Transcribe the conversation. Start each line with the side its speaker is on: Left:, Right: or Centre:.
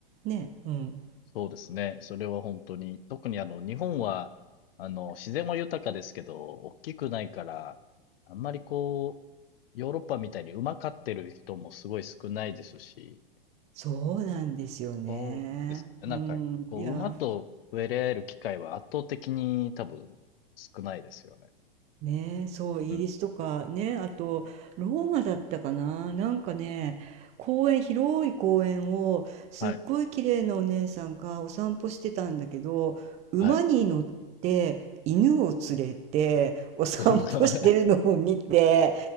Right: ね、うん、
Left: そうですね。それは本当に。特にあの、日本は、あの、自然は豊かですけど、大きくないから、あんまりこう、ヨーロッパみたいに馬飼ってる人もすごい少ないですし、
Right: そうなんですよね。
Left: そうですよね。
Right: うん、
Left: なんか、こう、
Right: いや。
Left: 馬と触れ合える機会は圧倒的に多分少ないですよね。
Right: ねえ、そう、イギリスとかね、
Left: うん。
Right: あとローマだったかな、なんかね、公園、広い公園をすっごい綺麗なお姉さんがお散歩してたんだけど、
Left: はい。
Right: 馬に乗って犬を連れてお散歩してるのを見て、
Left: はい。<laughs> すごい。